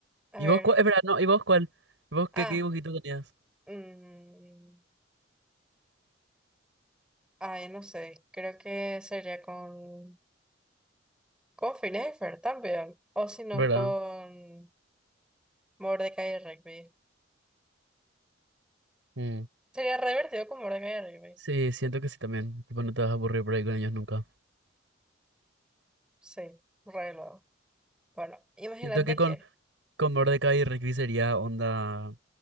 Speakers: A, in the centre; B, on the right.
A: A
B: ¿Y
A: ver.
B: vos cuál? Espera, no, ¿y vos cuál? ¿Y vos qué,
A: Ah,
B: qué dibujito tenías?
A: mm, ay, no sé. Creo que sería con, con Phineas y Fer también. O si no,
B: ¿Verdad?
A: con. Mordecai y Rigby.
B: Mm.
A: Sería re divertido con Mordecai y Rigby.
B: Sí, siento que sí también. Tipo, no te vas a aburrir por ahí con ellos nunca.
A: Sí, re luego. Bueno, imagínate
B: Siento que con,
A: que.
B: con Mordecai y Rigby sería onda.